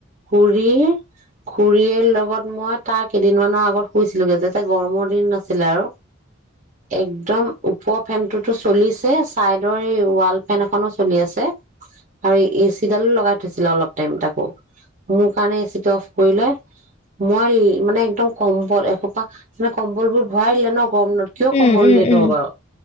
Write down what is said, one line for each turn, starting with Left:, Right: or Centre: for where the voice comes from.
Right: খুৰী খুৰীৰ লগত মই তাৰ কেইদিনমানৰ আগত শুইছিলোগৈ যোতে গৰমৰ দিন নাছিলে আৰু একদম ওপৰৰ ফেনটোতো চলিছে চাইডৰ এই ৱাল ফেন এখনো চলি আছে আৰু এচিডালো লগাই থৈছিলে অলপ টাইম আকৌ মোৰ কাৰণে এচি টো অফ কৰি লয় মই মানে একদম কম্বল এসোপা মানে কম্বল বোৰ ভৰাই দিলে ন কম কিয়
Left: উম
Right: কম্বল
Left: উম
Right: ওলায়াই থব
Left: উম
Right: বাৰু